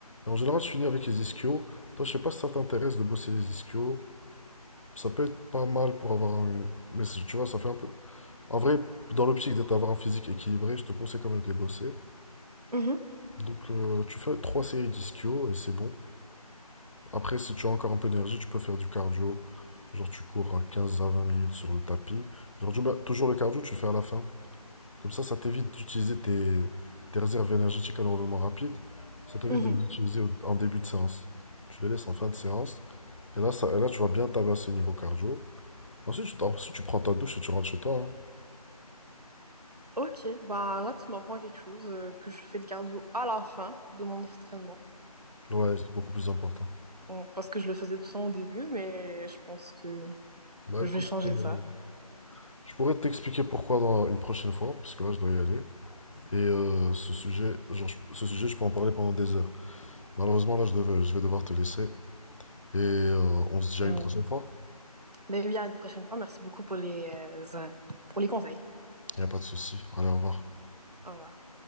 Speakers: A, on the left; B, on the right.
A: Et en général, je finis avec les ischios. Toi, je sais pas si ça t'intéresse de bosser les ischios. Ça peut être pas mal pour avoir un mais c'est- tu vois, ça fait un peu En vrai, dans l'optique d'être avoir un physique équilibré, je te conseille quand même de les bosser.
B: Mhm,
A: Donc euh, tu fais trois séries d'ischio et c'est bon. Après, si tu as encore un peu d'énergie, tu peux faire du cardio. Genre tu cours à 15 à 20 minutes sur le tapis. Genre tu- bah, toujours le cardio, tu le fais à la fin. Comme ça, ça t'évite d'utiliser tes, tes réserves énergétiques à l'enrôlement rapide. Ça t'évite
B: mhm.
A: de les utiliser au- en début de séance. Tu les laisses en fin de séance. Et là, ça, et là tu vas bien tabasser niveau cardio. Ensuite, tu, t'en- ensuite, tu prends ta douche et tu rentres chez toi.
B: Ok, bah là tu m'apprends quelque chose, euh, que je fais le cardio à la fin de mon entraînement.
A: hein. Ouais, c'est beaucoup plus important.
B: Bon, Parce que je le faisais tout le temps au début, mais je pense que
A: Bah
B: je
A: écoute,
B: vais changer
A: euh,
B: ça.
A: je pourrais t'expliquer pourquoi dans une prochaine fois, parce que là, je dois y aller. Et euh, ce sujet, genre, je- ce sujet, je peux en parler pendant des heures. Malheureusement, là, je devais- je vais devoir te laisser. Et euh, on se dit
B: Mm.
A: à une prochaine fois.
B: Ben oui, à une prochaine fois. Merci beaucoup pour les, euh, pour les conseils.
A: Il n'y a pas de souci. Allez, au revoir.
B: Au revoir.